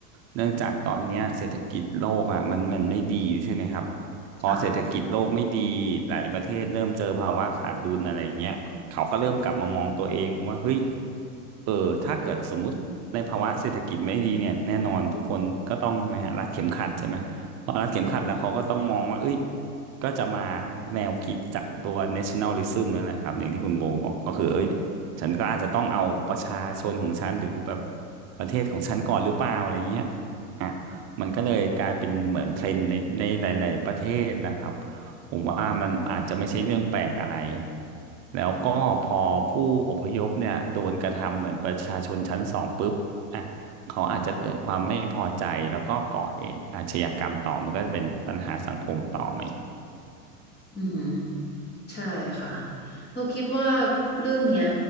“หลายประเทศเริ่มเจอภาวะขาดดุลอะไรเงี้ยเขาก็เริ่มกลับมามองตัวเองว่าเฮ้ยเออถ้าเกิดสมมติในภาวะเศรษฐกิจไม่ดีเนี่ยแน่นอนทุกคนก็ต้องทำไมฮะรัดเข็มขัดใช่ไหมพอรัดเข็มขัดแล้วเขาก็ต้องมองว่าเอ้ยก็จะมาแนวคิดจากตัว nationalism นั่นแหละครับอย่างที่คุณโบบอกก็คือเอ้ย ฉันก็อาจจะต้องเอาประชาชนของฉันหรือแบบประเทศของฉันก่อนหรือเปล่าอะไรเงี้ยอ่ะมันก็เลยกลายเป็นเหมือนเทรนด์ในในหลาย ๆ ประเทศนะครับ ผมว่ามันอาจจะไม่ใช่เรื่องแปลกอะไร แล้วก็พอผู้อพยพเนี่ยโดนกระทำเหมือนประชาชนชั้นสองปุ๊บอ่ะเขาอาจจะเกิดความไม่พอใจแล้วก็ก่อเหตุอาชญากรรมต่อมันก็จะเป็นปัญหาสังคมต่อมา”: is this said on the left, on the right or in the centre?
Right